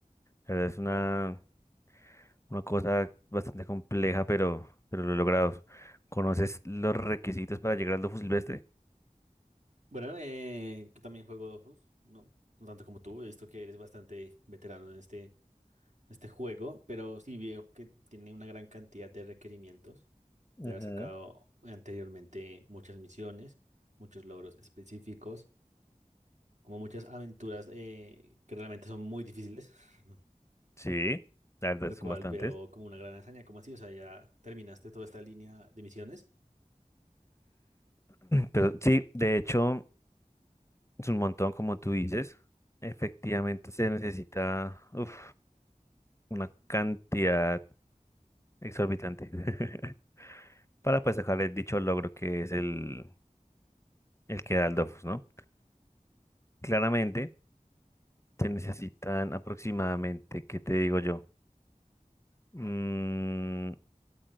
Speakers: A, on the left (about 20°); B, on the right (about 60°).
A: La verdad es una,
B: Wow.
A: una cosa bastante compleja, pero, pero lo he logrado. ¿Conoces los requisitos para llegar al Dofus Silvestre?
B: Bueno, eh, yo también juego Dofus. No, no tanto como tú. He visto que eres bastante veterano en este, en este juego, pero sí veo que tiene una gran cantidad de requerimientos.
A: Ujú.
B: De haber sacado anteriormente muchas misiones, muchos logros específicos, como muchas aventuras eh, que realmente son muy difíciles, <laughs>
A: Sí, la verdad
B: lo
A: son
B: cual
A: bastantes.
B: veo como una gran hazaña. ¿Cómo así? O sea, ya terminaste toda esta línea de misiones.
A: Pero sí, de hecho. Es un montón, como tú dices. Efectivamente, se necesita uf, una cantidad exorbitante <laughs> para pues sacarle dicho logro que es el, el que da el Dofus, ¿no? Claramente, se necesitan aproximadamente, ¿qué te digo yo? Mm,